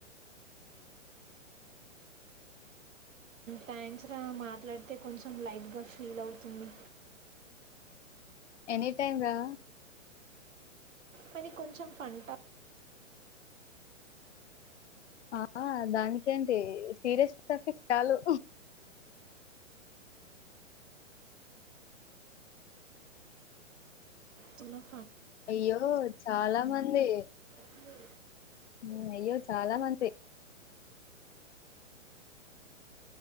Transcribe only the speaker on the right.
థ్యాంక్స్ రా మాట్లాడితే కొంచెం లైట్గా ఫీల్ అవుతుంది
మరీ కొంచెం ఫఅన్ టా
తిన్నాం
మే